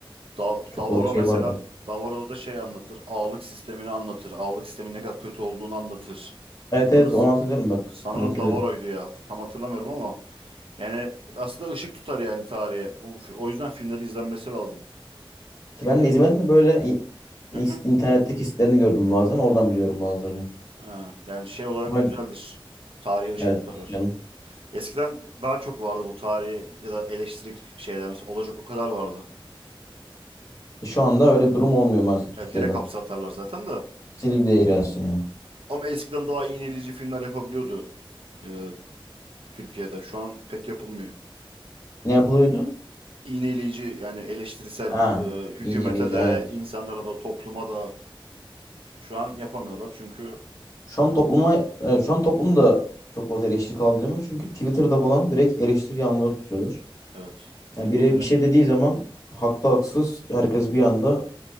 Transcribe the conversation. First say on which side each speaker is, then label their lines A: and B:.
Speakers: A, on the right (about 75°); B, on the left (about 35°).
A: Da-
B: Çok
A: Davoro
B: fazla şey
A: mesela
B: vardı.
A: Davoro'da da şey anlatır. Ağalık sistemini anlatır. Ağalık sistemin ne kadar kötü olduğunu anlatır.
B: Evet
A: Sanır,
B: evet onu hatırlıyorum bak.
A: sanırım
B: Onu hatırlıyorum.
A: Davoro'ydu ya. Hat- Tam hatırlamıyorum ama yani aslında ışık tutar yani tarihe. Bu fi- o yüzden filmleri izlenmesi lazım.
B: İşte
A: Çünkü
B: ben de izlemedim de böyle in-
A: hı
B: in-
A: hı,
B: internetteki sitelerini gördüm bazen. Oradan biliyorum bazılarını.
A: ha, yani şey olarak
B: Ama
A: güzeldir. Tarihe ışık
B: evet
A: tutarlar.
B: canım.
A: Eskiden daha çok vardı bu tarihi ya da eleştirik şeyler mesela olacak o kadar vardı.
B: E, Şu anda öyle bir durum olmuyor maalesef Türkiye'de.
A: Yani direkt hapse atarlar zaten de.
B: Silip de ilerliyorsun yani.
A: Ama eskiden daha iğneleyici filmler yapabiliyordu e, Türkiye'de. Şu an pek yapılmıyor.
B: Ne yapılıyordu?
A: İğneleyici yani eleştirisel
B: Ha.
A: e, hükümete
B: İğneleyici
A: de
B: evet.
A: insanlara da topluma da şu an yapamıyorlar. Çünkü
B: Şu an topluma evet, şu an toplum da çok fazla eleştiri kaldıramıyor. Çünkü Twitter'da falan direkt eleştiri yağmurları tutuyorlar.
A: evet yani
B: Yani biri
A: o yüzden
B: bir şey
A: kötü.
B: dediği zaman haklı haksız herkes bir anda